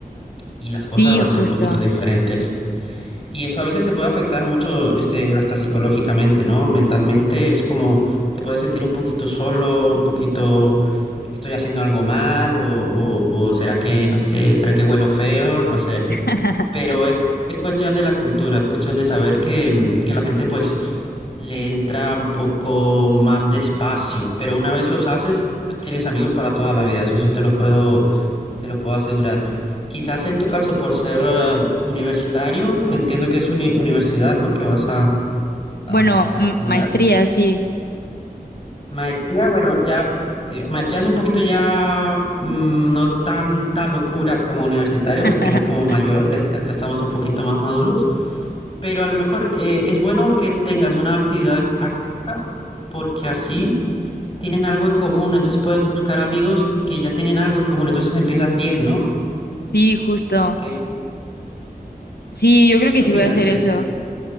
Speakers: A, on the left; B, on the left.
A: Y las cosas
B: sí,
A: van
B: justo.
A: a ser un poquito diferentes. Y eso a veces te puede afectar mucho, este, hasta psicológicamente, ¿no? Mentalmente es como te puedes sentir un poquito solo, un poquito, estoy haciendo algo mal, o, o, o será que, no sé, será que huelo feo, no sé.
B: <laughs>
A: Pero es, es cuestión de la cultura, es cuestión de saber que, mm, que la gente pues le entra un poco más despacio, pero una vez los haces, tienes amigos para toda la vida, eso sí te lo puedo te lo puedo asegurar. Quizás en tu caso, por ser eh, universitario, me entiendo que es uni- universidad, ¿no? Que vas a, a-
B: Bueno,
A: a estudiar.
B: mm, maestría, sí.
A: Maestría, bueno, ya, eh, maestría es un poquito ya mm, no tanta locura como universitario,
B: <laughs>
A: porque ya es como mayor, ya, está- ya estamos un poquito más maduros, pero a lo mejor eh, es bueno que tengas una actividad académica, porque así tienen algo en común, entonces puedes buscar amigos que ya tienen algo en común, entonces empiezas bien, ¿no?
B: Sí, justo.
A: ¿Qué,
B: Sí, yo creo que
A: qué opinas
B: sí voy a hacer
A: de,
B: eso.